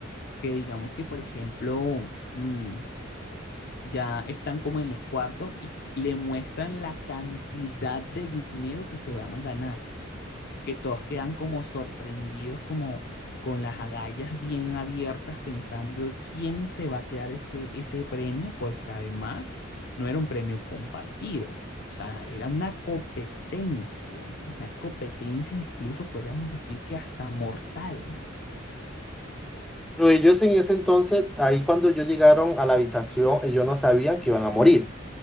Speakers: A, on the left; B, in the centre.
A: que digamos que, por ejemplo, mm, ya están como en los cuartos y le muestran la cantidad de dinero que se van a ganar que todos quedan como sorprendidos, como con las agallas bien abiertas, pensando quién se va a quedar ese, ese premio, porque además no era un premio compartido, o sea, era una competencia, una competencia incluso podríamos decir que hasta mortal.
B: Pero ellos en ese entonces, ahí cuando yo llegaron a la habitación, ellos no sabían que iban a morir.